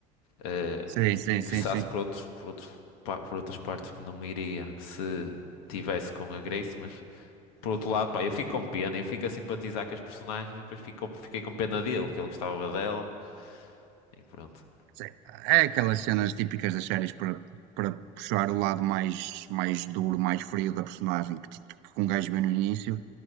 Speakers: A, on the left; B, on the right.
A: eh,
B: Sim, sim,
A: ingressasse
B: sim, sim.
A: por outros, por outros, pa- por outras partes que não iria se tivesse com a Grace, mas por outro lado, pá, eu fico com pena, eu fico a simpatizar com as personagens e depois fico, fiquei com pena dele, que ele gostava dela e pronto.
B: Sim. É aquelas cenas típicas das séries para, para puxar o lado mais, mais duro, mais frio da personagem, que, t- que um gajo vê no início,